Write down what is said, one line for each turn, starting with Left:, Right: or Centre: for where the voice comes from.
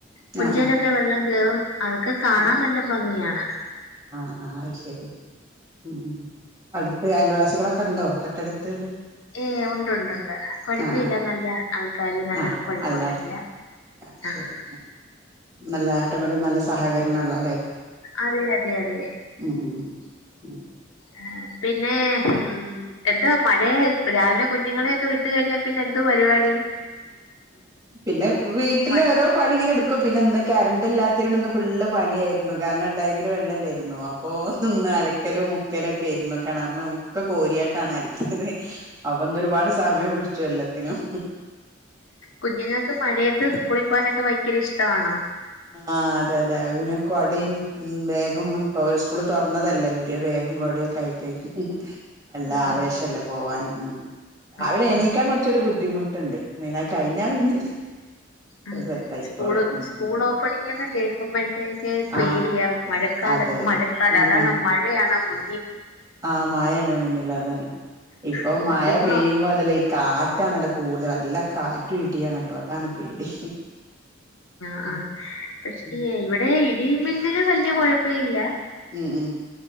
Left: പുഞ്ചയിലൊക്കെ
Right: ആഹ് ആഹ്
Left: വെള്ളം കേറും അതൊക്കെ കാണാൻ
Right: ഉം
Left: നല്ല ഭംഗിയാണ്
Right: <unintelligible>
Left: ഏ ഉണ്ട്ണ്ട് ഉണ്ട് കൊഴപ്പില്ല
Right: ആഹ് ആഹ്
Left: നല്ല ആൾക്കാര് നല്ല
Right: ആഹ്
Left: കൊഴപ്പൊന്നുല്ല
Right: നല്ല ആൾ അത് ശരി
Left: ആഹ്
Right: നല്ല ആട്ടുങ്ങട്ടും നല്ല സഹകരണള്ളോ
Left: അതെ അതെ അതെ
Right: ഉം ഉം ഉം ഉം
Left: ഏഹ് പിന്നെ ഉം എ ന്താ മഴേ രാവിലെ കുഞ്ഞുങ്ങളെയൊക്കെ വിട്ട് കഴിഞ്ഞാ പിന്നെന്ത്‌ പരിപാടി
Right: പിന്നെ വീട്ടില്
Left: മ-
Right: ഓരോ പണിങ്ങനെട് ക്കും പിന്നെന്ന് കറണ്ടില്ലാത്തിനോട്‌ന്ന് ഫുള്ള് പണിയായിരുന്നു കാരണം ടാങ്കില് വെള്ളല്ലേര്ന്നു അ പ്പോന്ന്ലക്കലും മു ക്കലൊക്കെര്ന്ന് കേണറ്ന്നോക്കെ കോര്യാട്ടാണ് അല്ക്യത് അപ്പൊന്നൊരുപാട് സമയം പിടിച്ചു എല്ല ത്തിനും
Left: കുഞ്ഞുങ്ങക്ക് മഴയത്ത് സ്കൂള് പോവാനൊക്കെ ഭയങ്കര ഇഷ്ടവാണോ
Right: ആ അതെ അതെ അഹ് പിന്നെ കൊടിം ഉം ബേഗും പ്പൊ സ്കൂള് തൊറന്നതല്ലേ പുത്യേ ബേഗ ഗും കൊട്യോക്കെയ്ട്ടേ നല്ല
Left: ഉം
Right: ആവേശല്ലേ പോവാനും ഉം രാവിലെ
Left: ആഹ് ആഹ്
Right: എണീക്കാൻ കൊറ്ച്ചൊരു ബുദ്ധിമു ട്ട്ണ്ട് മൈനാ കഴിഞ്ഞാ പിന്നെ
Left: ആ
Right: സെറ്റ് ആയിക്കോളും
Left: സ്കൂള്
Right: ഉം
Left: സ്കൂളോ പ്പള്ങ്ങനെ കേൾക്കുമ്പോഴത്തേക്ക്
Right: ആഹ്
Left: പേടിയ
Right: അതെ
Left: മഴക്കാലം
Right: അതെ അതെ
Left: മഴക്കാലം
Right: ഉം
Left: അതാണ് മഴയാണൊ മു
Right: ആഹ് മാഴേണ് മുന്നിൽ അതന്നെ ഇപ്പം
Left: ഉം,
Right: മഴ
Left: ജൂൺ
Right: പെയ്യുമ്പോ അതല്ല ഈ കാറ്റാണല്ലോ കൂടുത നല്ല കാറ്റു ഇടിയാണല്ലോ അതാണ് പേടി
Left: ആ
Right: ഉം
Left: പക്ഷേ
Right: ഉം
Left: ഇവടെ ഇടി മിന്നില് വല്ല്യ കൊഴപ്പ ഇല്ല
Right: ഉം ഉം